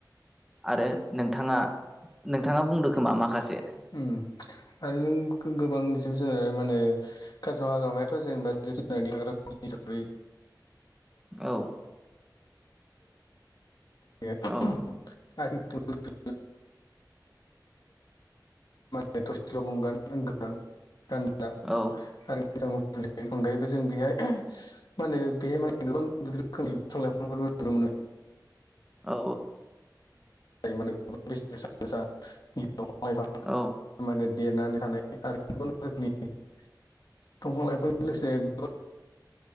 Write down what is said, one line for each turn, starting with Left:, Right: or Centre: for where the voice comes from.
Centre: आरो नोंथाङा नोंथाङा बुंदो खोमा माखासे
Left: उम आरो नों गोबां जिब जुनार माने काजिरङा हाग्रामायाथ' जेनेबा जिब जुनारनि थाग्रा खुलि हिसाबै
Centre: औ
Left: <unintelligible>
Centre: औ
Left: <unintelligible> थ'सेल' गं गोनां गान्दा
Centre: औ
Left: आरो मोजांनि अनगायैबो जों बेहाय माने बेहाय माने गोबां रोखोमनि बिफां लाइफांफोरबो नुनो
Centre: औ
Left: मोनो <unintelligible> <unintelligible>
Centre: औ।
Left: माने देरनानै थानाय आरो गुबुन रोखोमनि दंफां लाइफांजों